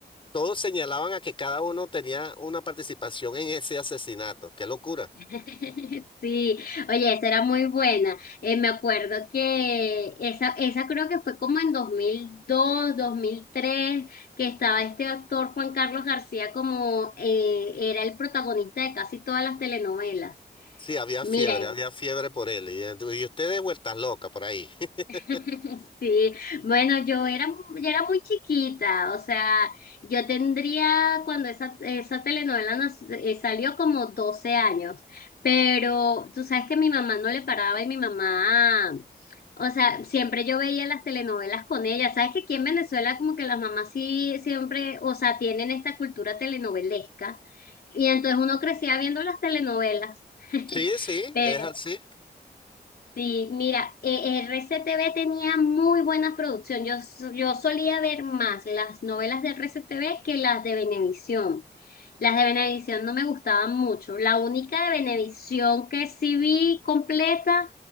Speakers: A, on the left; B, on the left.
A: todos señalaban a que cada uno tenía una participación en ese asesinato. Qué locura.
B: <laughs> Sí, oye, esa era muy buena. Eh, me acuerdo que esa, esa creo que fue como en dos mil dos, dos mil mil tres que estaba este actor Juan Carlos García como eh, era el protagonista de casi todas las telenovelas.
A: Sí, había
B: Mira,
A: fiebre, había fiebre por él. Y, y ustedes vueltas locas por ahí. <laughs>
B: <laughs> Sí, bueno, yo era, yo era muy chiquita, o sea, yo tendría cuando esa, esa telenovela nas- eh, salió como 12 años, pero tú sabes que mi mamá no le paraba y mi mamá, o sea, siempre yo veía las telenovelas con ella, sabes que aquí en Venezuela como que las mamás sí siempre, o sea, tienen esta cultura telenovelesca y entonces uno crecía viendo las telenovelas, <laughs>
A: Sí, sí,
B: pero
A: es así.
B: Sí, mira, eh, RCTV tenía muy buenas producciones. Yo, s- yo solía ver más las novelas de RCTV que las de Venevisión. Las de Venevisión no me gustaban mucho. La única de Venevisión que sí vi completa